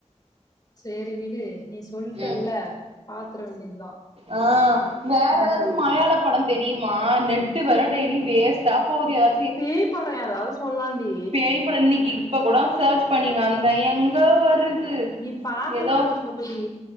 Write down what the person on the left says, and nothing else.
சேரி விடு நீ சொல்ட்டல்ல
பாத்ர வேண்டியதா
என்ன
சொல்
பேய் படோ எதாவது சொல்லாண்டி
நீ பாத்த
படத்த சொல்லுடி